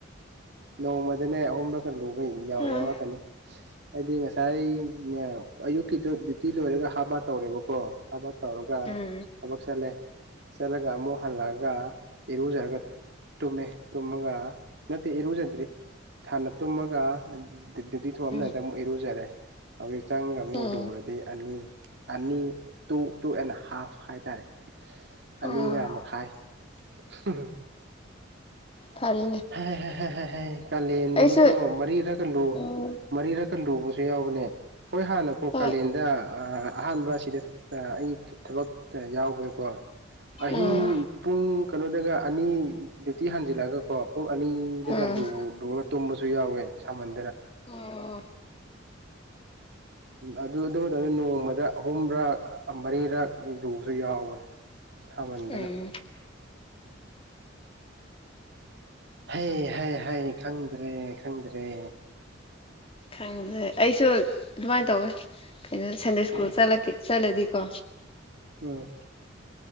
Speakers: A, on the right; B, on the left.
A: ꯅꯣꯡꯃꯗꯅꯦ ꯑꯍꯨꯝꯂꯒ ꯂꯨ ꯑꯩ ꯌꯥꯎ
B: ꯎꯝ
A: ꯌꯥꯎꯔꯛꯀꯅꯤ ꯍꯥꯏꯗꯤ ꯉꯁꯥꯏꯅꯦ ꯑꯌꯨꯛꯀꯤꯗꯨ ꯗ꯭ꯌꯨꯇꯤ ꯂꯣꯏꯔꯒ ꯍꯥꯕꯥ ꯇꯧꯔꯦꯕꯀꯣ ꯍꯥꯕꯥ ꯇꯧꯔꯒ
B: ꯎꯝ
A: ꯊꯕꯛ ꯆꯠꯂꯦ ꯆꯠꯂꯒ ꯑꯃꯨꯛ ꯍꯜꯂꯛꯑꯒ ꯏꯔꯨꯖꯔꯒ ꯇꯨꯝꯃꯦ ꯇꯨꯝꯃꯒ ꯅꯠꯇꯦ ꯏꯔꯨꯖꯗ꯭ꯔꯤ ꯍꯥꯟꯅ ꯇꯨꯝꯃꯒ ꯗꯇꯤ ꯊꯝꯗꯥꯏꯗ
B: ꯎꯝ
A: ꯑꯃꯨꯛ ꯏꯔꯨꯖꯔꯦ ꯍꯧꯖꯤꯛ ꯆꯪꯒ ꯑꯃꯨꯛ
B: ꯎꯝ
A: ꯂꯨꯔꯗꯤ ꯑꯅꯤ ꯑꯅꯤ ꯇꯨ ꯇꯨ ꯑꯦꯟ ꯍꯥꯐ ꯍꯥꯏꯇꯥꯔꯦ
B: ꯎꯝ
A: ꯑꯅꯤꯒ ꯃꯈꯥꯏ ꯍ ꯍ
B: ꯐꯔꯦ
A: ꯍ ꯍ ꯍ ꯍꯌꯦꯡ ꯀꯥꯂꯦꯟꯗꯗꯨꯀꯣ
B: ꯑꯩꯁꯨ
A: ꯃꯔꯤꯔꯒꯂꯨ
B: ꯎꯝ
A: ꯃꯔꯤꯔ ꯀꯟ ꯂꯨꯕꯁꯨ ꯌꯥꯎꯕꯅꯦ ꯍꯣꯏ ꯍꯥꯟꯅꯀꯣ
B: ꯍꯣꯏ
A: ꯀꯥꯂꯦꯟꯗ ꯑꯍꯥꯟꯕ ꯁꯤꯗ ꯑꯩ ꯊꯕꯛ ꯌꯥꯎꯕꯗꯀꯣ ꯑꯍꯤꯡ
B: ꯎꯝ
A: ꯄꯨꯡ ꯀꯩꯅꯣꯗꯒ ꯑꯅꯤ ꯗꯨꯌꯨꯇꯤ ꯍꯟꯖꯤꯜꯂꯛꯑꯒꯀꯣ ꯄꯨꯡ ꯑꯅꯤꯗꯒꯨꯔꯨꯝꯕꯁꯨ
B: ꯎꯝ
A: ꯁꯨ ꯌꯥꯎꯋꯦ ꯁꯥꯃꯟ
B: ꯑꯣ
A: ꯑꯗꯨ ꯃꯇꯝꯗ ꯅꯣꯡꯃꯗ ꯑꯍꯨꯝꯔꯥꯛ ꯃꯔꯤꯔꯛ ꯂꯨꯕꯁꯨ ꯌꯥꯎꯕꯅꯦ ꯁꯥꯃꯟꯗꯅ
B: ꯎꯝ
A: ꯍꯩ ꯍꯥꯏ ꯍꯥꯏ ꯈꯪꯗ꯭ꯔꯦ ꯈꯪꯗ꯭ꯔꯦ
B: ꯈꯪꯗꯦ ꯑꯩꯁꯨ ꯑꯗꯨꯃꯥꯏꯅ ꯇꯧꯋꯦ ꯀꯩꯅꯣ ꯁꯟꯗꯦ ꯁ꯭ꯀꯨꯜ ꯆꯠꯂꯗꯤꯀꯣ
A: ꯎꯝ